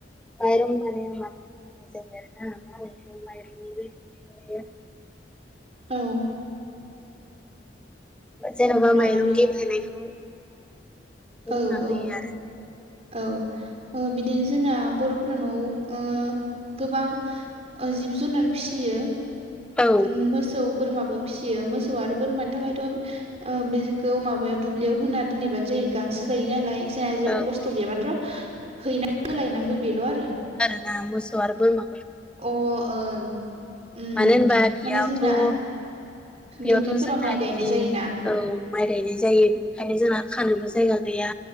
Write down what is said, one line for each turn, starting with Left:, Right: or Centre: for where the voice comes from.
Centre: माइरं माने माबाखौ होनाय जायो आरोना मा होनो बेखौ माइरंनि बै गुन्दै बानायो
Right: औ
Centre: जेनबा
Right: ओमफ्राय
Centre: माइरं गेब्लेनायखौ
Right: औ
Centre: रूना होयो
Right: औ
Centre: आरो
Right: औ ओ बिदिनो जोंना बर'फोरा न'आव ओ गोबां ओ जिब जुनार फिसियो
Centre: औ
Right: उम मोसौ बोरमाबो फिसियो मोसौ आरो बोरमानि थाखायथ' ओ बेखौ माबायाव दुब्लियाव होना दोनहैबानो जायो गांसो जायो नालाय जोंहा जेबो
Centre: औ औ
Right: खस्थ' गैया माथ्र' हैनांगो लायनांगो बेल' आरो
Centre: ना मोसौ आरो बोरमा
Right: अ ओं उम
Centre: मानो होनबा बियावथ'
Right: माने जोंना
Centre: बेयावथ'
Right: दुब्लिफोराव
Centre: जोंना
Right: माइ
Centre: बिदि
Right: गायनाय जायोना
Centre: औ माइ गायनाय जायो बिनि ओंखायनो जोंना खानोबो जायगा गैया